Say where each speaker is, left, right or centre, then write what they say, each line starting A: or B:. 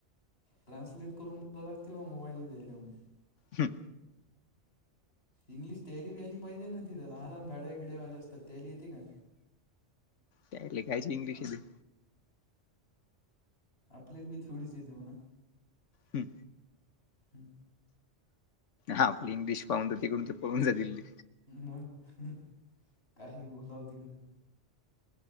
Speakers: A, on the left; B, on the left.
A: ट्रान्सलेट करून मला लागते मोबाईलने देऊून
B: हं.
A: इंग्लिश त्याली बी आली पाहिजे ना तिथ. लहान लहान गाड्या बीड्यावाल्या असतात त्यायली येते का?
B: त्यायले कायची इंग्लिश येती.
A: आपल्याला बी तेवडीच येते म्हणा.
B: हं.
A: हं.
B: हा आपली इंग्लिश पावून तर तिकडून ते पळून जातील ते
A: मग काय बोलाव तिकडं